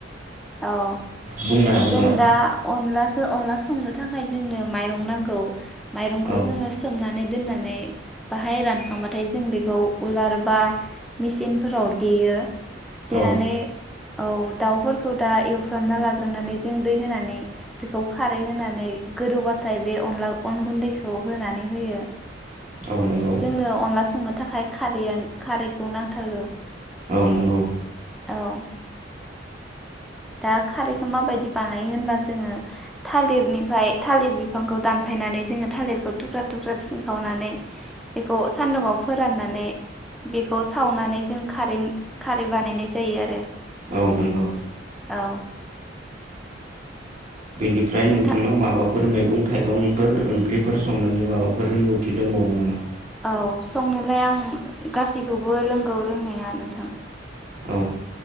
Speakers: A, in the centre; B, on the right.
A: औ
B: बुंनो हागोन
A: जों
B: नामा
A: दा अनलासो अनलासो संनो थाखाय जोंनो माइरं नांगौ माइरंखौ
B: औ
A: जोङो सोमनानै दोननानै बाहाय रानखांबाथाय जों बेखौ उलार बा मेचिनफोराव देयो देनानै
B: औ
A: औ दाउफोर खौ दा एवफ्रामना लाग्रोनानै जों दै होनानै बेखौ खारै होनानै गोदौबाथाय बे अनला अन गुन्दैखौ होनानै होयो।
B: औ नंगौ
A: जोंनो अनला संनो थाखाय खारैयान खारैखौ नांथारगौ
B: औ नंगौ
A: औ दा खारैखौ माबायदि बानायो होनबा जोङो थालिरनिफ्राय थालिर बिफांखौ दानफायनानै जोङो थालिरखौ थुख्रा थुख्रा सिनखावनानै बेखौ सानदुंङाव फोराननानै बेखौ सावनानै जों खारै खारै बानायनाय जायो आरो
B: औ नंगौ
A: औ
B: बेनिफ्राय नोंथांनाव
A: नोंथां
B: माबा मैगं थाइगंफोर ओंख्रिफोर संनायनि माबाफोर रोंगौथि दंबावो नामा
A: औ संनोलाय आं गासैखौबो रोंगौ रोंनाया नोंथां
B: औ